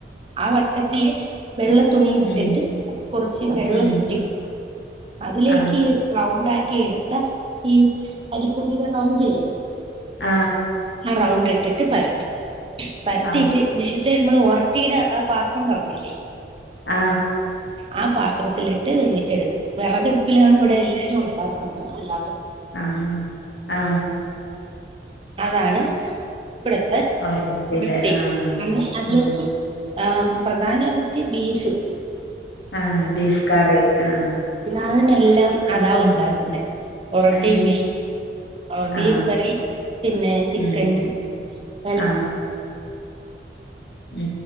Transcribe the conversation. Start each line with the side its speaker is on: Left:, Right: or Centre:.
Right: ആ വട്ടത്തില് വെള്ള തുണി
Left: ഉം,
Right: ഇട്ടിട്ട് കുറച്ച് വെള്ളം
Left: ഉം.
Right: ഉറ്റി കൊടുക്കും അതിലേക്ക്
Left: ആ
Right: റൗണ്ട് ആക്കി ക്കി എടുത്ത ഈ അരിപ്പൊടിയുടെ റൗണ്ടില്ലേ
Left: ആ
Right: ആ റൗണ്ട് ഇട്ടിട്ട് പരത്തും പരത്തിട്ട്
Left: ആ
Right: നേരത്തെ നമ്മൾ ഒറ ട്ടിയുടെ ആ പാത്രം പറഞ്ഞില്ലേ
Left: ആ
Right: ആ പാത്രത്തിലിട്ട് വേവിച്ചെടുക്കും. വിറകടുപ്പിലാണ് ഇവിടെ എല്ലാവരും ഉണ്ടാക്കു പിന്നെ അല്ല
Left: ആന്നാന്നു ആ
Right: അതാണ് വിടത്ത്
Left: ഒറട്ടില്
Right: ഉറട്ടി
Left: ആ
Right: നന്ന് അതിലേക്ക്
Left: ഉം.
Right: ആ പ്രധാനമായിട്ട് ബീഫ്
Left: ആ ബീഫ് കറി ആ
Right: അതിനെല്ലാം അതാ ഉണ്ടാക്കുന്നേ ഒറട്ടി
Left: ഏ
Right: മി ഒബീഫ്
Left: ആ
Right: കറി പിന്നെ ചിക്കന്
Left: ഉം,
Right: എല്ലാം
Left: ആ ഉം